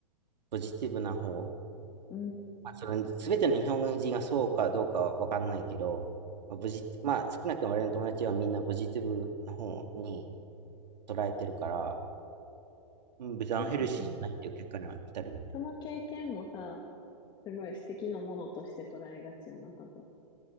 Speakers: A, on the right; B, on the left.
A: ポジティブな方、
B: うん。
A: まあ、その全ての日本人がそうかどうかは分かんないけど、まあ、ポジまあ、少なくとも俺の友達はみんなポジティブな方に捉えてるから、うん、別にアンヘルシーじゃないっていう結果には至るよね。
B: なんかその、その経験もさ、すごい素敵なものとして捉えがちよな、多分。